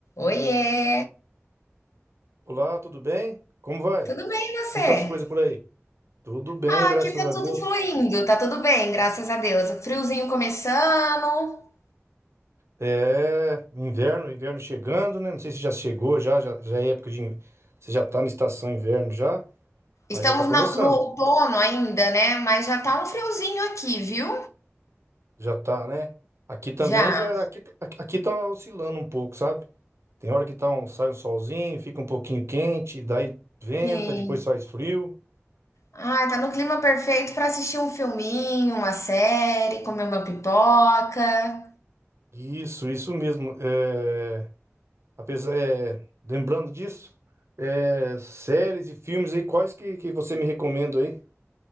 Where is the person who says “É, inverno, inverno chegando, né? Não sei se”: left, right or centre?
Right